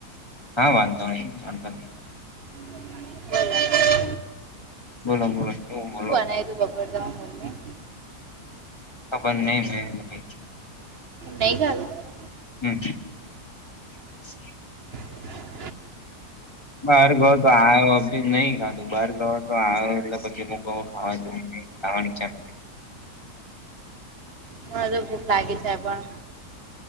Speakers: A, on the left; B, on the right.
A: હા વાંધો નહી વાંધો નહી.
B: <unintelligible>
A: બોલો બોલો શું બોલો?
B: બનાવ્યું તું બપોર તમારા મમ્મી
A: ખબર નહી મેહી
B: નહીં ખાધું
A: હમ્મ. <inaudible>
B: હ <unintelligible>
A: બહાર ગયો તો આવ્યો નઈ ખાધ બહાર ગયો તો આવ્યો એટલે પછી હું કઉ ખાવા જઉ. આવાની ઈચ્છા
B: મારે ભૂખ લાગી છે પણ